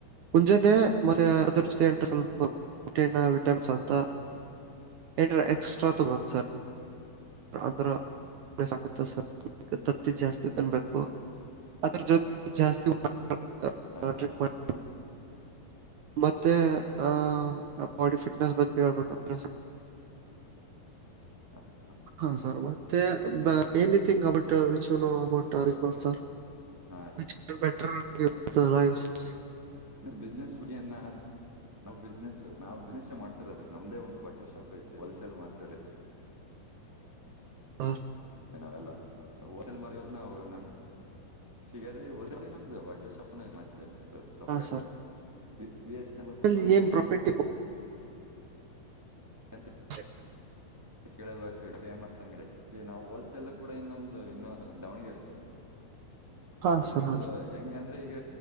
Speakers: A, on the right; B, in the centre.
A: ಮುಂಜಾನೆ ಮತ್ತೆ ಅದರ
B: ಹಾ
A: ಜೊತೆ ಅಂಟ ಸ್ವಲ್ಪ ಪ್ರೋಟೀನ್ ವಿಟಮಿನ್ಸ್ ಅಂತ ಏ ಎಕ್ಸ್ಟ್ರಾ ತುಗೋಬೇಕ್ ಸರ್ <unintelligible> ತತ್ತಿ ಜಾಸ್ತಿ ತನ್ಬೇಕು ಅದ್ರ ಜೊತೆ ಜಾಸ್ತಿ <unintelligible>
B: ಹಾ ರೀ
A: ಮತ್ತೆ ಆ ಬಾಡಿ ಫಿಟ್ನೆಸ್ ಬಗ್ಗೆ ಹೇಳ್ಬೇಕಂದ್ರ
B: ಹ
A: ಹಾ ಸರ್ ಮತ್ತೆ <unintelligible>
B: ಹಾ ರೀ
A: ಸರ್ <unintelligible>
B: ಬಿಸ್ನೆಸ್ ಏನ್ ಬಿಸ್ನೆಸ್ ನಾವು ಬಿಸ್ನೆಸ್ಸ ಮಾಡ್ತಿರೋದ ನಮ್ದೇ ಒಂದು ಬ ಟ್ಟೆ ಶಾಪ್ ಐತಿ ಹೋಲ್ಸೇಲ್ ಮಾರ್ತವ್ರಿ
A: ಹಾ
B: ನಾವೆಲ್ಲ ಹೋಲ್ಸೆಲ್ <unintelligible> ಸಿಗದೇ ನಮ್ದು ಬಟ್ಟೆ <unintelligible> ಮತ್ತೆ ಸಪ್ separate
A: ಹಾ sir
B: B C S Channabasappa
A: ಅದರಲ್ಲಿ
B: ಅಂಗಡಿ
A: ಏನ್ ಪ್ರಾಫಿಟ್
B: ಅಂತ
A: ಹ
B: ಕೇಳಬೇಕು ಫೇಮಸ್ ಅಂಗಡಿ ಇಲ್ಲಿ ನಾವು ವೋಲ್ ಎಲ್ಲ ಕೂಡ ಇನ್ನೊಂದು ಇನ್ನೊ ದಾವಣಗೆರೆ ಸ
A: ಹಾ
B: ಅಲ್ಲಿ
A: ಸರ್
B: ಫುಲ್ ಹೆಂಗ ಅಂದ್ರೆ ಈಗ